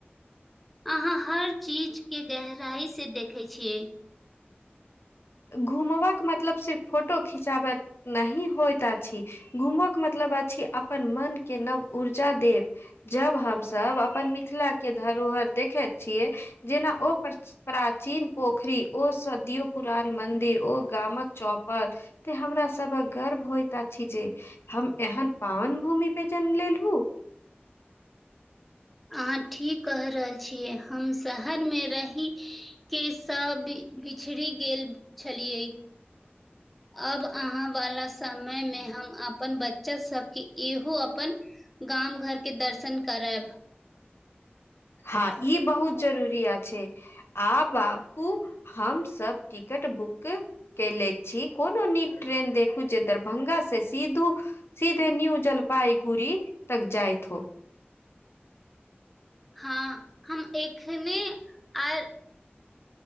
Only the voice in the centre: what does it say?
अहाँ हर चीजके गहराइसँ देखै छियै
अहाँ ठीक कह रहल छियै हम शहरमे रही केसँ बि बिछड़ि गेल छलियै अब अहाँ वाला समय मे हम अपन बच्चा सबके इहो अपन गाम घरके दर्शन कराब
हँ हम एखने आ